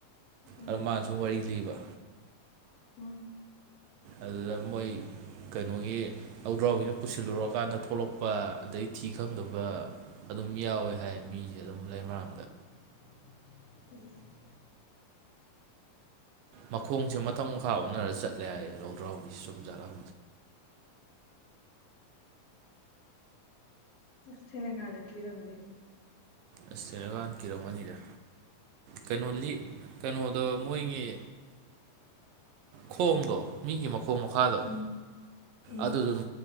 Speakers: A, on the left; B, on the right.
A: ꯎꯝ
B: ꯑꯗꯣ ꯃꯥꯅꯁꯨ ꯋꯥꯔꯤ ꯂꯤꯕ
A: ꯎꯝ
B: ꯑꯗꯨꯗ ꯃꯣꯏ ꯀꯩꯅꯣꯒꯤ ꯂꯧꯗ꯭ꯔꯥꯎꯕꯤꯅ ꯄꯨꯁꯤꯜꯂꯨꯔꯀꯥꯟꯗ ꯊꯣꯛꯂꯛꯄ ꯑꯗꯩ ꯊꯤ ꯈꯪꯗꯕ ꯑꯗꯨꯝ ꯌꯥꯎꯋꯦ ꯍꯥꯏ ꯃꯤꯁꯦ ꯑꯗꯨꯝ ꯂꯩꯃꯔꯥꯝ
A: ꯎꯝ <unintelligible>
B: ꯃꯈꯣꯡꯁꯦ ꯃꯊꯛ ꯃꯈꯥ ꯑꯣꯟꯅꯔ ꯆꯠꯂꯦ ꯍꯥꯏ ꯂꯧꯗ꯭ꯔꯥꯎꯕꯤꯁꯦ ꯆꯨꯝ ꯖꯥꯠꯂꫭ
A: ꯑꯁ ꯊꯦꯡꯉ ꯀꯥꯟꯗ ꯀꯤꯔꯝꯅꯤ
B: ꯑꯁ ꯇꯔꯀꯥꯟ ꯀꯤꯔꯝꯒꯅꯤꯗ ꯀꯩꯅꯣ ꯂꯤ ꯀꯩꯅꯣꯗꯣ ꯃꯣꯏꯒꯤ ꯈꯣꯡꯗꯣ ꯃꯤꯒꯤ ꯃꯈꯣꯡ ꯃꯈꯥꯗꯣ
A: ꯎꯝ ꯎꯝ
B: ꯑꯗꯨꯗꯨ